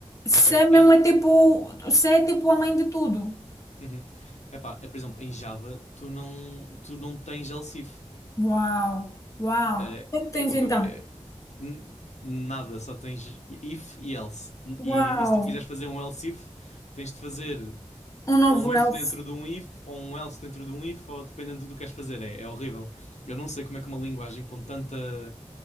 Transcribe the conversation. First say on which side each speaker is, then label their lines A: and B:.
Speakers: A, on the left (about 30°); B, on the left (about 80°).
A: C
B: Ok.
A: mesmo
B: Em,
A: é tipo, C é tipo a mãe de tudo.
B: uhum. Epá, é, por exemplo, em Java, tu não, tu não tens else if.
A: Uau, uau.
B: Eh,
A: O que é que tens
B: eh, o
A: então?
B: que eu- eh, n- nada, só tens if e else.
A: Uau,
B: E, e se tu quiseres fazer um else if, tens de fazer
A: um novo
B: ou um if
A: elfo.
B: dentro de um if, ou um else dentro de um if, ou dependendo do que queres fazer. É, é horrível. Eu não sei como é que uma linguagem com tanta.